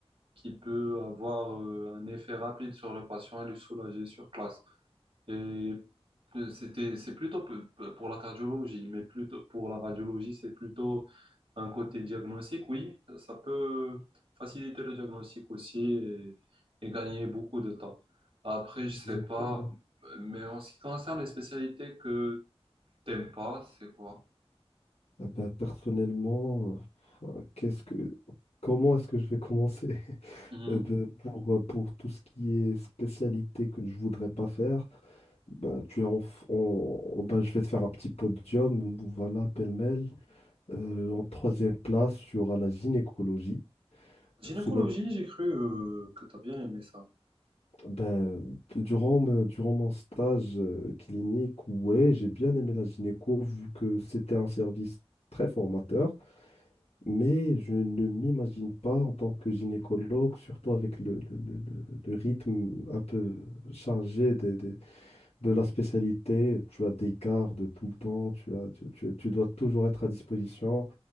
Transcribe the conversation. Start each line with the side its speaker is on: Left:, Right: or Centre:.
Right: qui peut avoir euh, un effet rapide sur le patient et le soulager sur place. Et euh, c'était, c'est plutôt p- p- pour la cardiologie, mais plutôt pour la radiologie, c'est plutôt un côté diagnostic, oui. Ça peut faciliter le diagnostic aussi et, et gagner beaucoup de temps. Après, je
Left: Exactement.
Right: sais pas, mais en ce qui concerne les spécialités que t'aimes pas, c'est quoi?
Left: Eh ben, personnellement, euh, qu'est-ce que comment est-ce que je vais commencer?
Right: Mhm.
Left: euh, ben, pour, euh, pour tout ce qui est spécialité que je voudrais pas faire, ben, tu es en, f- en- en- ben, je vais te faire un petit podium, voilà, pêle-mêle. Euh, en troisième place, tu auras la gynécologie.
Right: Gynécologie,
Left: Ce n'est
Right: j'ai cru euh, que t'as bien aimé ça.
Left: ben, durant, me- durant mon stage euh, clinique, ouais, j'ai bien aimé la gynéco vu que c'était un service très formateur, mais je ne m'imagine pas en tant que gynécologue, surtout avec le, le- le- le- le rythme un peu chargé des des- de la spécialité, tu as des gardes tout le temps, tu as, tu, tu- tu dois toujours être à disposition.